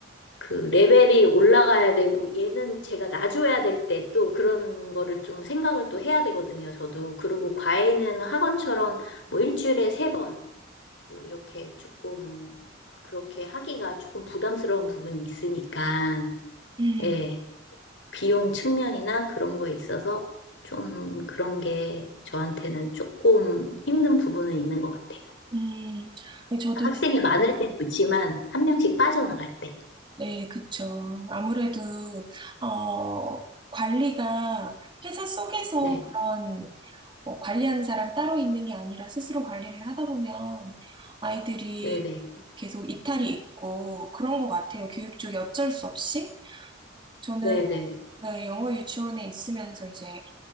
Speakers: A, on the left (about 65°); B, on the right (about 25°).
A: 그 레벨이 올라가야 되고 얘는 제가 놔줘야 될 때 또 그런 거를 좀 생각을 또 해야 되거든요. 저도 그리고 과외는 학원처럼 뭐 일주일에 세 번 뭐 이렇게 조금 그렇게 하기가 조금 부담스러운 부분이 있으니까
B: 음,
A: 예. 비용 측면이나 그런 거에 있어서 좀 그런 게 저한테는 조금 힘든 부분은 있는 것 같아요.
B: 음, 네, 저도,
A: 학생이 그러니까 많을 때 좋지만 한 명씩 빠져나갈 때.
B: 네, 그쵸. 아무래도, 어, 관리가 회사 속에서
A: 네,
B: 그런 뭐 관리하는 사람 따로 있는 게 아니라 스스로 관리를 하다 보면 아이들이
A: 네네,
B: 계속 이탈이 있고 그런 것 같아요. 교육 쪽에 어쩔 수 없이. 저는
A: 네네,
B: 네, 영어 유치원에 있으면서 이제